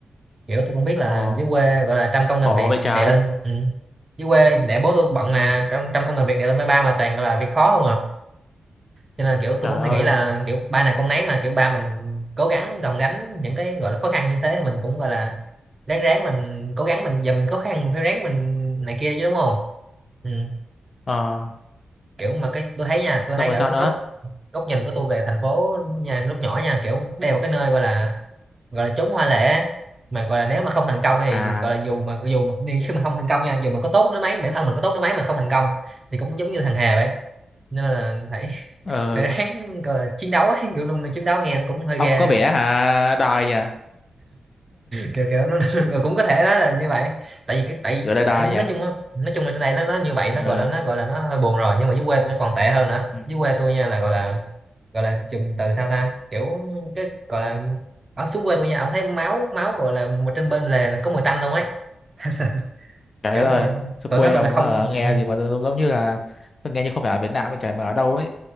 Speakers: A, on the right; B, on the left.
A: kiểu tôi cũng biết là
B: ờ
A: dưới quê gọi là trăm công
B: khổ
A: ngàn việc
B: vậy trái
A: đè lên ừ. dưới quê để bố tôi bận
B: ừ
A: mà trăm trăm công ngàn việc đè lên với ba mà toàn gọi là việc khó không à cho nên kiểu tôi
B: trời
A: cũng
B: ơi
A: suy nghĩ là kiểu ba này con nấy mà kiểu ba mình cố gắng gồng gánh những cái gọi là khó khăn như thế thì mình cũng gọi là ráng ráng mình cố gắng mình giờ mình khó khăn mình phải ráng mình này kia chứ đúng không ừ.
B: ờ
A: kiểu mà cái tôi thấy nha tôi thấy
B: xong rồi
A: ở
B: sao
A: cái
B: nữa
A: góc góc nhìn của tôi về thành phố nhà lúc nhỏ nha kiểu đây là một cái nơi gọi là gọi là chốn hoa lệ mà gọi là nếu mà không thành công thì
B: à
A: gọi là dù mà dù mà đi khi mà không thành công nha dù mình có tốt đến mấy bản thân mình có tốt đến mấy mà không thành công thì cũng giống như thằng Hà vậy nên là phải
B: ờ
A: phải ráng gọi là chiến đấu ấy. kiểu luôn là chiến đấu nghe nó cũng hơi
B: ông
A: ghê
B: có vẻ hả đòi nhỉ,
A: kiểu kiểu nó <laughs> ừ, cũng có thể nói là như vậy tại vì cái tại
B: kiểu là đòi
A: nói
B: nhỉ,
A: chung á- nói chung là trên này nó nó như vậy nó
B: ờ
A: gọi là nó gọi là nó hơi buồn rồi nhưng mà dưới quê tôi nó còn tệ hơn nữa
B: ừ.
A: dưới quê tôi nha là gọi là gọi là dùng từ sao ta kiểu cái gọi là ở xuống quê tôi nha ông thấy máu máu gọi là một trên bên lề có mùi tanh luôn ấy <laughs>
B: trời
A: kiểu
B: đất ơi
A: mà
B: sao
A: tụi
B: quê
A: nó gọi
B: ông
A: là không
B: hả nghe
A: ừ,
B: gì mà giống giống như là tôi nghe như không phải ở Việt Nam vậy trời mà ở đâu ấy